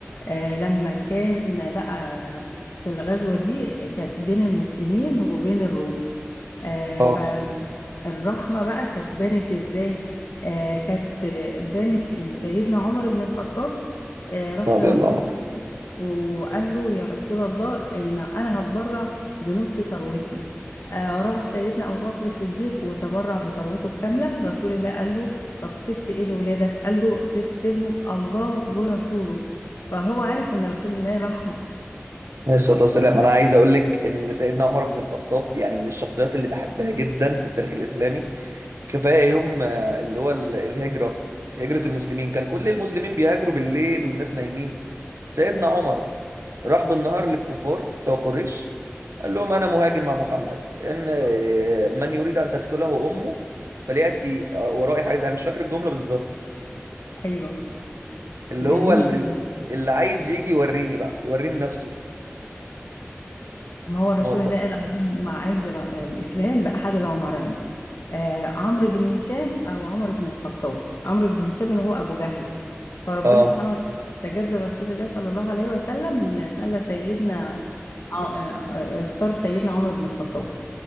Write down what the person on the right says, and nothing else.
اه
رضي
الله عنه
عليه الصلاه والسلام انا عايز اقول لك ان سيدنا عمر بن الخطاب يعني من الشخصيات اللي بحبها جدا في التاريخ الاسلامي كفايه يوم آه، اللي هو ال- الهجره هجره المسلمين كان كل المسلمين بيهاجروا بالليل والناس نايمين سيدنا عمر راح بالنهار للكفار بتوع قريش قال لهم انا مهاجر مع محمد ان آه، من يريد ان تسكله امه فلياتي ورائي حاجز انا مش فاكر الجمله بالظبط
اللي
هو ال- اللي عايز يجي يوريني بقى يوريني نفسه
ما هو ط-
اه